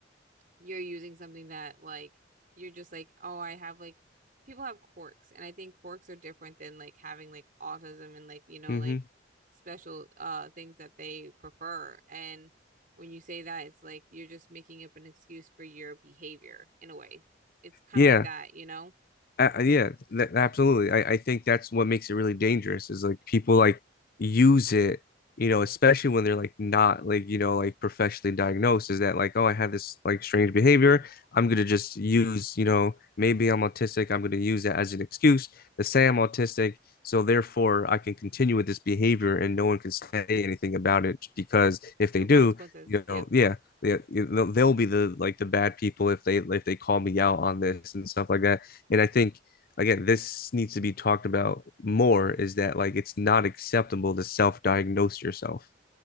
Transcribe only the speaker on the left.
hmm
yeah
Uh, uh, yeah,
that, absolutely. I, I think that's what makes it really dangerous is like people like use it, you know, especially when they're like not like, you know, like professionally diagnosed, is that like, oh, I had this like strange behavior. I'm gonna just use, you know, maybe I'm autistic. I'm gonna use that as an excuse to say I'm autistic. So therefore I can continue with this behavior and no one can say anything about it because if
they do,
you
know, yeah. Yeah, they'll they'll be the like the bad people if they if they call me out on this and stuff like that. And I think again, this needs to be talked about more is that like it's not acceptable to self-diagnose yourself.